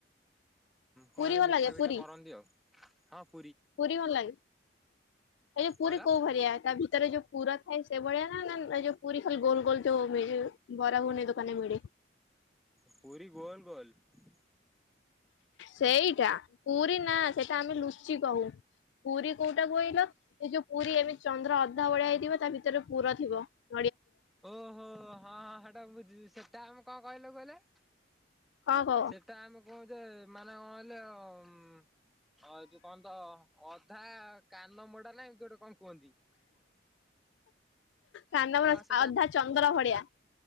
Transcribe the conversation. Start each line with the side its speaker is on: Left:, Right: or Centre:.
Centre: କଣ,
Left: ପୁରୀ
Centre: ହେ
Left: ଭଲ
Centre: ମିଠା,
Left: ଲାଗେ
Centre: ଫିଠା
Left: ପୁରୀ
Centre: କରନ୍ତି ଆଉ ୲ ହଁ-
Left: ପୁରୀ, ଭଲ ଲାଗେ? ଏ ଯୋଉ ପୁରୀ,
Centre: କଣ ହେଲା?
Left: କୋଉ ଭଳିଆ? ତା ଭିତରେ ଯୋଉ ପୁର ଥାଏ ସେଇଭଳିଆ, ନା? ନା ଯୋଉ, ପୁରୀ ଖାଲି ଗୋଲ, ଗୋଲ ଯୋଉ ବରା, ଗୁଗୁନି ଦୋକାନରେ ମିଳେ?
Centre: ପୁରୀ ଗୋଲ, ଗୋଲ ୲
Left: ସେଇଟା ୲ ପୁରୀ, ନା ସେଇଟା ଆମେ, ଲୁଚି- ଚିକହୁ, ପୁରୀ କୋଉଟା, କହିଲ? ଏ ଯୋଉ, ପୁରୀ ଏମିତି ଚନ୍ଦ୍ର ଅଧା ଭଳିଆ ହେଇଥିବ, ତା ଭିତରେ ପୁର, ଥିବ ୲
Centre: ଓହୋ, ହଁ, ହଁ ସେଟା ମୁ ବୁଝୁଛି, ସେଟା ଆମେ କଣ, କହିଲୁ କହିଲେ-
Left: କଣ କହ
Centre: ସେଟା ଆମକୁ କହୁଛ ମାନେ କଣ, କହିଲ? ଉ, ଏ, ଯଉ କଣ, ତ ଅଧା କାନ ମୋଡା, ନାଇ ଏମିତି ଗୋଟେ, କଣ କୁହନ୍ତି ୲
Left: କାନମରା
Centre: ହଁ, ସେ
Left: ଅଧା ଚନ୍ଦ୍ର, ଭଳିଆ ୲